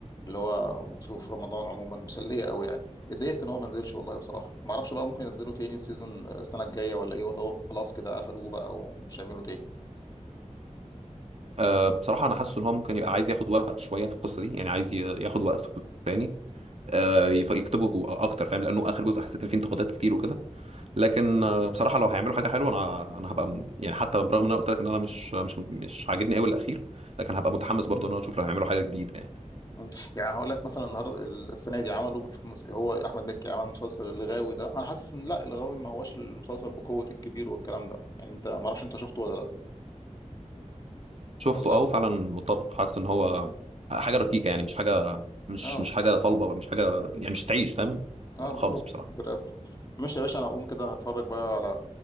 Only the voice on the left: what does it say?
اللي هو في في رمضان عموما مسليه قوي يعني اتضايقت ان هو ما نزلش والله بصراحه ما اعرفش بقى ممكن ينزلوا تاني السيزون السنه الجايه ولا ايه ولا هو خلاص كده قفلوه بقى ومش هيعملوا تاني
مم. يعني هقول لك مثلا النهارده السنه دي عملوا مس- مس- هو احمد مكي عمل مسلسل الغاوي ده انا حاسس ان لا الغاوي ما هوش المسلسل بقوه الكبير والكلام ده يعني انت ما اعرفش انت شفته ولا لا
ولا ما تعرف
اه
اه
بالظبط
برقبته ماشي يا باشا انا هقوم كده هتفرج بقى على